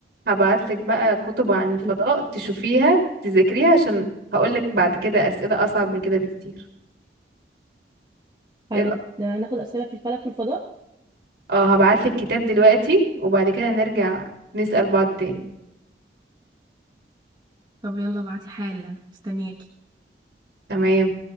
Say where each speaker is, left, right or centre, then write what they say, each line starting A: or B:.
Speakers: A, on the right; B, on the right.
A: هبعتلك بقى كتب عن الفضاء
B: مم.
A: تشوفيها تذاكريها عشان هقولك بعد كده اسئلة اصعب من كده بكتير
B: هن-
A: ايه رأيك؟
B: هناخد أسئلة في الفلك والفضاء
A: اه هبعتلك كتاب دلوقتي وبعد كده نرجع نسأل بعض تاني
B: طب يلا بعتي حالا مستنياكي
A: تمام